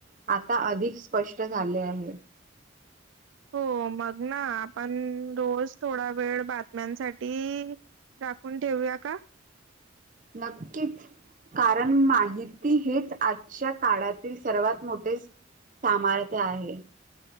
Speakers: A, on the right; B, on the right.
A: आता अधिक स्पष्ट झाले आहे.
B: हो... मग ना... आपण रोज थोडा वेळ बातम्यांसाठी राखून ठेवूया का?
A: नक्कीच. कारण माहिती हेच आजच्या काळातील सर्वात मोठे सामर्थ्य आहे.